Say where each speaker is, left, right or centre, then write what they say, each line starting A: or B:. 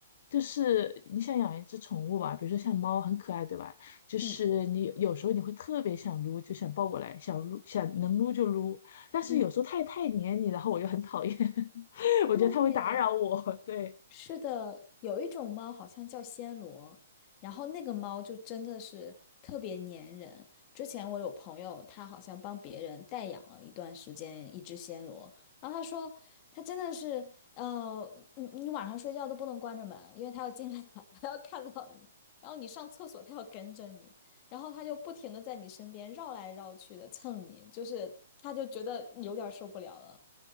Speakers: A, on the left (about 55°); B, on the left (about 30°).
A: 就是你想养一只宠物吧，比如说像猫，很可爱，对吧？就是你有时候你会特别想撸，
B: 嗯
A: 就想抱过来，想撸，想能撸就撸。但是有时候它也太黏你，
B: 嗯，
A: 然后我又很讨厌，<laughs> 我觉得它会打扰我，
B: 对。
A: 对。
B: 是的，有一种猫好像叫暹罗，然后那个猫就真的是特别粘人。之前我有朋友，他好像帮别人代养了一段时间一只暹罗，然后他说他真的是，呃，你你晚上睡觉都不能关着门，因为它要进来，<laughs> 它要看到你，然后你上厕所它要跟着你，然后它就不停的在你身边绕来绕去的蹭你，就是他就觉得有点儿受不了了。